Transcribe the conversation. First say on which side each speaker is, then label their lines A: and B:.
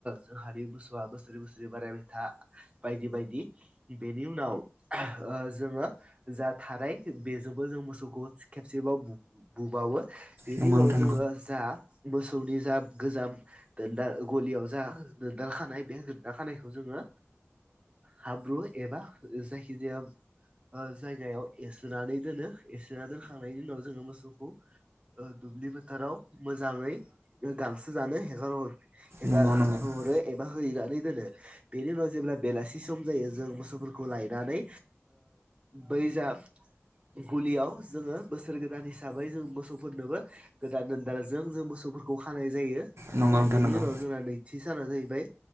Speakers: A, on the right; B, on the right.
A: जोंहानि मोसौआ बोसोरै बोसोरै बारायबायथा बायदि बायदि बेनि उनाव जोङो जा थाराय बेजोंबो जों मोसौखौ खेबसेबाव बु-बुबावो। बिनि
B: नंगौ
A: उनाव
B: नोंथां
A: जोङो जा मोसौनि जा गोजाम दोनदाल गलियाव जा दोनदालखानाय बे खानायखौ जोङो हाब्रु एबा जायखिजाया जायगायाव एरसोनानै दोनो एरसोनानै दोनखांनायनि उनाव जोङो मोसौखौ दुब्लि बोथोराव मोजाङै गांसो जानो हेगारहर हेगारहरो
B: नंगौ नोंथां
A: एबा हैनानै दोनो बेनि उनाव जेब्ला बेलासि सम जायो जों मोसौफोरखौ लायनानै बै जा गुलियाव जोङो बोसोर गोदान हिसाबै जों मोसौफोरनोबो गोदान दोनदाल जों जों मोसौ फोरखौ खानाय जायो
B: नंगौ औ नंगौ नोंथां
A: बेनि
B: नंगौ
A: उनाव जोंङो नैथि साना जाहैबाय